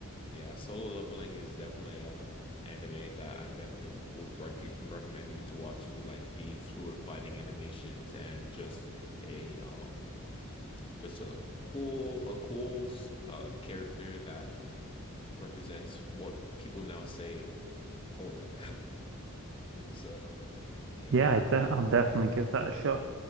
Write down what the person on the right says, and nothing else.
Yeah, I de I'll definitely give that a shot.